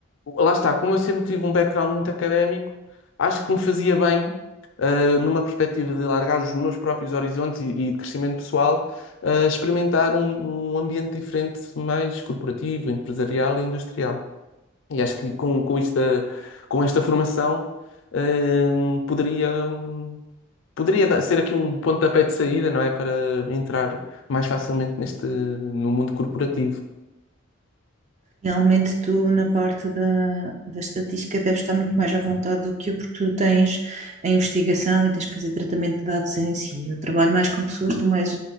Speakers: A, on the left (about 65°); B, on the right (about 35°).
A: lá está, como eu sempre tive um background muito académico, acho que me fazia bem, ah, numa perspectiva de largar os meus próprios horizontes e, e de crescimento pessoal, ah, experimentar um, um ambiente diferente, mais corporativo, empresarial e industrial. E acho que com, com esta, com esta formação, hum, poderia, hum, poderia dar- ser aqui um pontapé de saída, não é? Para entrar mais facilmente neste, no mundo corporativo.
B: Realmente tu na parte da, da estatística deves estar muito mais à vontade do que eu, porque tu tens a investigação e tens que fazer tratamento de dados em si. Eu trabalho mais com pessoas, estou mais